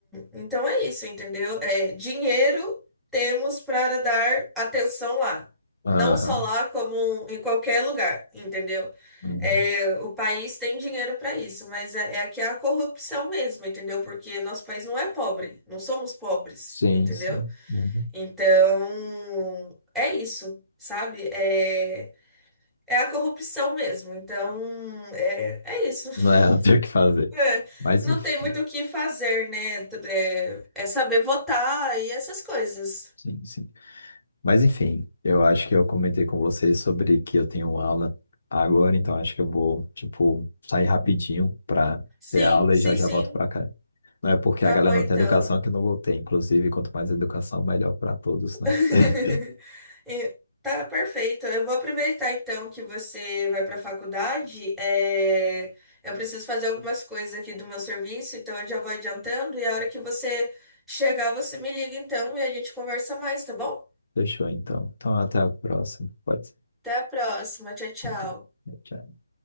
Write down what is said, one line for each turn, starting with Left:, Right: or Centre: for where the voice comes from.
Centre: então é isso, entendeu? É, dinheiro temos para dar atenção lá.
Left: Aham.
Centre: Não só lá, como em qualquer lugar, entendeu?
Left: Uhum.
Centre: É, o país tem dinheiro para isso, mas é, é aqui a corrupção mesmo, entendeu? Porque nosso país não é pobre, não somos pobres,
Left: Sim,
Centre: entendeu?
Left: sim. Uhum.
Centre: Então, é isso, sabe? É, é a corrupção mesmo. Então, é, é isso. <laughs>
Left: Não é, <laughs> não tem o que fazer.
Centre: É,
Left: Mas,
Centre: não
Left: enfim,
Centre: tem muito o que fazer, né? É, é saber votar e essas coisas.
Left: sim, sim. Mas enfim, eu acho que eu comentei com vocês sobre que eu tenho aula agora, então acho que eu vou, tipo, sair rapidinho para
Centre: Sim,
Left: ter aula
Centre: sim,
Left: e já já
Centre: sim.
Left: volto para cá. Não é porque
Centre: Tá
Left: a galera
Centre: bom,
Left: não
Centre: então.
Left: tem educação que eu não vou ter, inclusive, quanto mais educação, melhor para todos,
Centre: <laughs>
Left: né? <laughs>
Centre: E- Tá perfeito. Eu vou aproveitar então que você vai para a faculdade. É, Eu preciso fazer algumas coisas aqui do meu serviço, então eu já vou adiantando. E a hora que você chegar, você me liga então e a gente conversa mais, tá bom?
Left: Fechou, então. Então, até a próxima. Pode ser.
Centre: Até a próxima. Tchau, tchau.
Left: Então, Tchau.